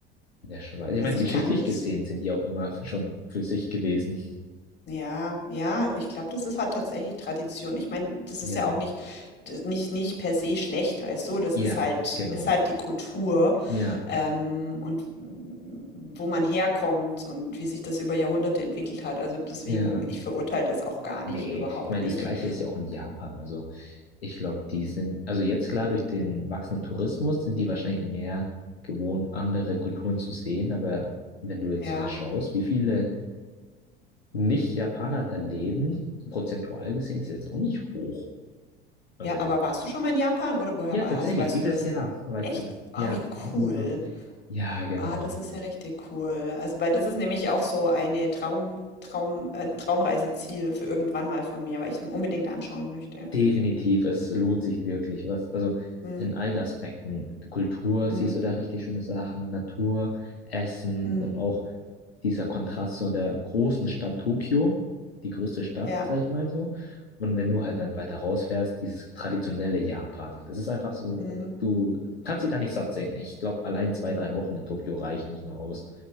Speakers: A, on the left; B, on the left.
A: in der Schweiz, ich
B: Also,
A: meine,
B: ich
A: geschichtlich
B: kann das
A: gesehen sind die auch immer schon für sich gewesen.
B: Ja, ja, ich glaube, das ist halt tatsächlich Tradition. Ich meine, das
A: Ja,
B: ist ja auch nicht, das- nicht, nicht per se schlecht, weißt du? Das
A: ja,
B: ist halt,
A: genau.
B: ist halt die Kultur,
A: Ja,
B: ähm, und wo man herkommt und wie sich das über Jahrhunderte entwickelt hat. Also deswegen,
A: ja.
B: ich verurteile das auch gar nicht,
A: Nee,
B: überhaupt
A: ich meine,
B: nicht.
A: das Gleiche ist ja auch in Japan. Also ich glaube, die sind, also jetzt klar, durch den wachsenden Tourismus sind die wahrscheinlich mehr gewohnt, andere Kulturen zu sehen. Aber wenn du jetzt
B: Ja,
A: mal schaust, wie viele Nicht-Japaner da leben, prozentual gesehen ist jetzt auch nicht hoch. Also
B: ja, aber warst du schon mal in Japan oder woher
A: ja,
B: war-
A: tatsächlich,
B: weißt
A: dieses
B: du das?
A: Jahr war
B: Echt?
A: ich da, das
B: Ah,
A: ja
B: wie
A: im
B: cool.
A: Urlaub. Ja, genau.
B: Ah, das ist ja richtig cool. Also, weil das ist nämlich auch so eine Traum, Traum, ein Traumreiseziel für irgendwann mal von mir, weil ich es mir unbedingt anschauen möchte.
A: Definitiv, es lohnt sich wirklich was. Also
B: Hm,
A: in allen Aspekten. Kultur,
B: hm,
A: siehst du da richtig schöne Sachen, Natur, Essen
B: hm,
A: und auch dieser Kontrast so der großen Stadt Tokio, die größte Stadt,
B: ja,
A: sag ich mal so. Und wenn du halt dann weiter rausfährst, dieses traditionelle Japan. Es ist einfach so,
B: hm,
A: du kannst dich da nicht satt sehen. Ich glaube, allein zwei, drei Wochen in Tokio reichen nicht mal aus,